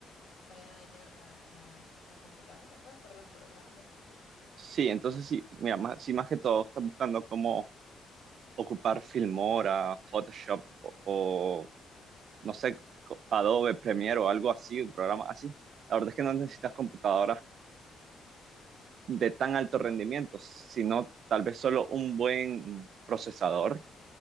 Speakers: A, on the left; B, on the right.
A: vaya a dañar la, la, la computadora, pues por los programas.
B: Sí, entonces sí, mira, más, sí, más que todo estás buscando cómo ocupar Filmora, Photoshop o, o, no sé, co- Adobe Premiere o algo así, un programa así. La verdad es que no necesitas computadoras de tan alto rendimiento, sino tal vez solo un buen procesador,